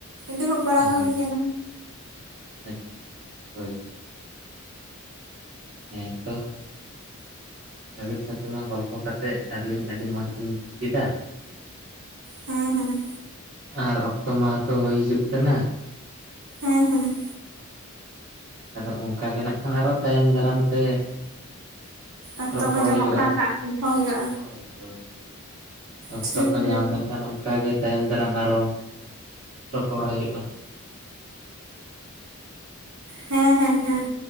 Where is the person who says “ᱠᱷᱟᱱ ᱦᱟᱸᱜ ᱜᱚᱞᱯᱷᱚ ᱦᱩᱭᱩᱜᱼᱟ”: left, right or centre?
Right